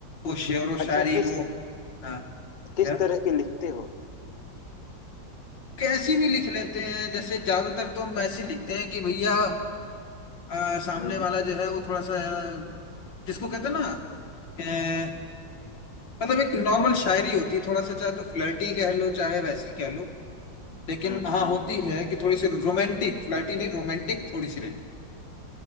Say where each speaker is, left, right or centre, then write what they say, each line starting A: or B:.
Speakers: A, on the left; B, on the left.
A: वो शेर व
B: अच्छा
A: शायरी
B: किस
A: वो हाँ
B: किस
A: क्या
B: तरह के लिखते हो
A: कैसी भी लिख लेते हैं जैसे ज्यादातर तो हम ऐसे लिखते हैं कि भैया आ, सामने
B: हम्म
A: वाला जो है वो थोड़ा सा आ, जिसको कहते हैं ना अ, मतलब एक नॉर्मल शायरी होती है थोड़ा सा चाहे तो फ्लर्टी कह लो चाहे वैसी कह लो लेकिन
B: हम्म
A: हाँ
B: हम्म।
A: होती है कि थोड़ी सी रोमांटिक फ्लर्टी नहीं रोमांटिक थोड़ी सी रहती